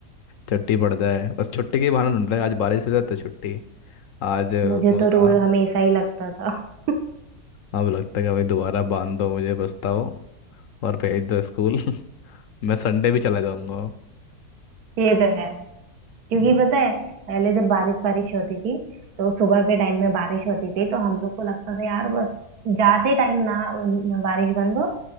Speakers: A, on the left; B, on the right.
A: छुट्टी पड़ जाए बस छुट्टी के बहाने ढूंढता है आज बारिश हो जाए तो छुट्टी आज बोला
B: मुझे तो रोज हमेशा ही लगता था <laughs>
A: अब लगता है कि भाई दोबारा बांध दो मुझे पछताओ और भेज दो स्कूल <laughs> मैं संडे भी चला जाऊंगा
B: ये तो है क्योंकि
A: हम्म,
B: पता है पहले जब बारिश वारिश होती थी तो सुबह के टाइम में बारिश होती थी तो हम लोग को लगता था यार बस जाते टाइम ना न- बारिश बंद हो